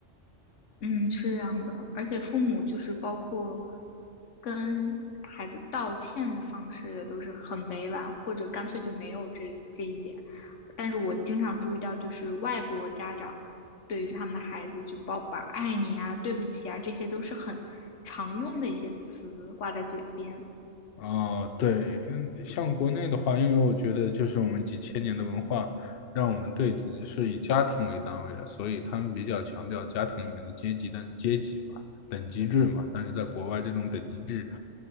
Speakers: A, on the left (about 80°); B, on the left (about 60°).
A: 嗯，是这样的，而且父母就是包括跟孩子道歉的方式也都是很委婉，或者干脆就没有这这一点。但是我经常注意到，就是外国家长对于他们的孩子，就包把“爱你”啊、“对不起”啊，这些都是很常用的一些词挂在嘴边，
B: 啊，对，嗯像国内的话，因为我觉得就是我们几千年的文化，让我们对是以家庭为单位的，所以他们比较强调家庭里面的阶级的阶级嘛，等级制嘛。但是在国外，这种等级制，